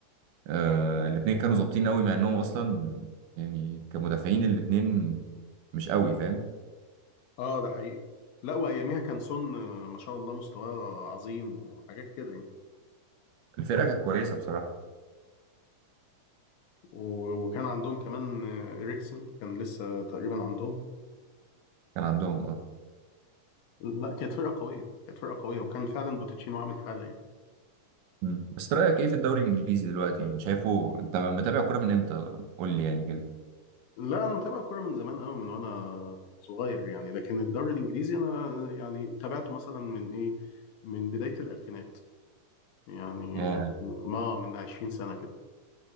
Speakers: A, on the right (about 80°); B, on the left (about 80°).
A: آه الاتنين كانوا ظابطين قوي مع انهم اصلا يعني كمدافعين الاتنين مش قوي فاهم
B: اه ده حقيقي لا وأياميها كان سون آه، ما شاء الله مستواه عظيم وحاجات كده يعني
A: الفرقه كانت كويسه بصراحه
B: و- وكان عندهم كمان آه، إريكسن كان لسه تقريبا عندهم
A: كان عندهم اه
B: لا كانت فرقة قوية كانت فرقة قوية وكان فعلا بوتيتشينو عامل حالة يعني
A: مم. بس رأيك ايه في الدوري الانجليزي دلوقتي يعني شايفه انت متابع كوره من امتى قول لي يعني كده
B: لا أنا متابع الكورة من زمان قوي من وأنا صغير يعني لكن الدوري الإنجليزي أنا يعني تابعته مثلا من إيه من بداية الألفينات يعني
A: يا
B: ما من 20 سنة كده